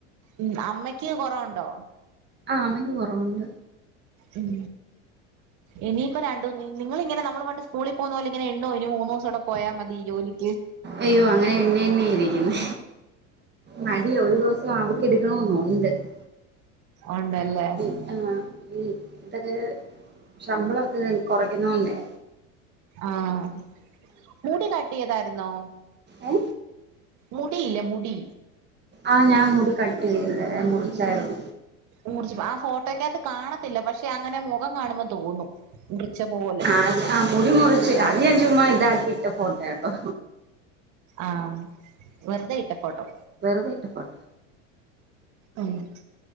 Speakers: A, on the right; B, on the right.
A: ഉം അമ്മക്ക് കൊറവൊണ്ടോ
B: ആ അമ്മയ്ക്ക് കൊറവൊണ്ട്
A: ഉം ഇനിയിപ്പോരണ്ടു നിങ്ങളിങ്ങനെ നമ്മൾ പണ്ട് സ്കൂളിൽ പോന്നപോലെ ഇങ്ങനെ എണ്ണോ ഇനി മൂന്നുദിവസോടെ പോയാ മതി ജോലി-
B: അയ്യോ അങ്ങനെ എണ്ണിയെണ്ണി ഇരിക്കുന്നു മടിയാ ഒരു ദിവസം അവധി എടുക്കണെന്നൊ- ണ്ട് <unintelligible>
A: ഉണ്ടല്ലേ
B: ആ ഇനി ഇതൊക്കെ ശമ്പള- കൊറയ്ക്കുന്നോണ്ടേ
A: ആഹ് മുടികട്ടിയ്താരുന്നോ
B: ഏ
A: മുടിയില്ലെ മുടി
B: ആഹ് ഞാൻ മൂടിക്കെട്ടിയ മു- ചാരും
A: ഊർജ്ജം ആ ഫോട്ടോക്കാത്ത് കാണത്തില്ല പക്ഷെ അങ്ങനെ മുഖം കാണുമ്പൊ തോന്നും മുറിച്ച പോലെ
B: അത് ആ മുടിമുറിച്ചു അതിഞാചുമ്മ ഇതാക്കി മറ്റ്ഫോട്ടയാട്ടോ
A: ആഹ് വെറുതെ ഇട്ടഫോട്ടോ-
B: വെറുതെ ഇട്ട ഫോട്ടോ
A: ആഹ്